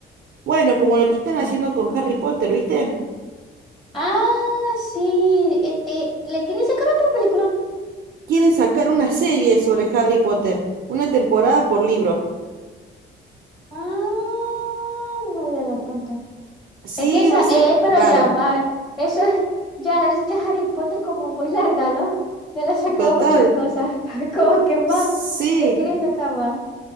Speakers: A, on the right; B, on the left.
A: Bueno, como lo que están
B: por-
A: haciendo con Harry Potter, ¿viste?
B: Ah, sí, este, le quieren sacar otra película.
A: Quieren sacar una serie sobre Harry Potter, una temporada por libro.
B: Ah, no me había dado cuenta.
A: Sí,
B: Es que esa,
A: va a
B: eh,
A: ser raro.
B: pero ya, va a ver, eso es, ya, es- ya Harry Potter como muy larga, ¿no? Ya le saca
A: Total.
B: muchas cosas, <laughs> como que más,
A: Sí.
B: le quieren sacar más.